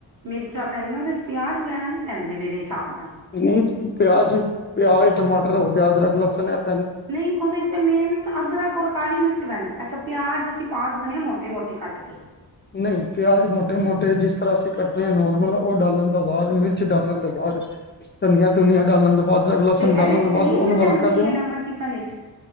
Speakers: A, on the right; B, on the left.
A: ਮਿਰਚਾਂ ਪੈਂਦੀਆਂ ਉਹਦੇ 'ਚ ਪਿਆਜ਼ ਵਗੈਰਾ ਨਹੀਂ ਪੈਂਦੇ ਮੇਰੇ ਹਿਸਾਬ ਨਾਲ
B: ਨੀ ਪਿਆਜ, ਪਿਆਜ ਟਮਾਟਰ ਹੋ ਗਿਆ ਲਸਣ ਅਦਰਕ-
A: ਨਹੀਂ ਉਹਦੇ ਚ ਤੇ ਮੇਨ ਅਦਰਕ ਔਰ ਕਾਲੀ ਮਿਰਚ ਪੈਂਦੀ। ਅੱਛਾ ਪਿਆਜ਼ ਅਸੀਂ ਪਾ ਸਕਦੇ ਹਾਂ ਮੋਟੇ- ਮੋਟੇ ਕੱਟ ਕੇ।
B: ਨਹੀਂ, ਪਿਆਜ ਮੋਟੇ- ਮੋਟੇ ਜਿਸ ਤਰ੍ਹਾਂ ਅਸੀਂ ਕੱਟਦੇ ਹਾਂ ਨੋਰਮਲ ਉਹ ਡਾਲਣ ਤੋਂ ਬਾਅਦ ਮਿਰਚ ਡਾਲਣ ਤੋਂ ਬਾਅਦ। ਧਨੀਆ ਧੁਨੀਆਂ ਡਾਲਣ ਤੋਂ ਬਾਅਦ ਅਦਰਕ ਲਸਣ
A: ਤੇ ਇਹਦੇ
B: ਡਾਲਣ
A: ਚ
B: ਤੋਂ
A: ਕਰੀਮ
B: ਬਾਅਦ ਉਹਨੂੰ
A: ਵੀ ਪੈਂਦੀ
B: ਹਲਕਾ ਜਿ
A: ਹੈ ਲੈਮਨ ਚਿਕਨ ਵਿੱਚ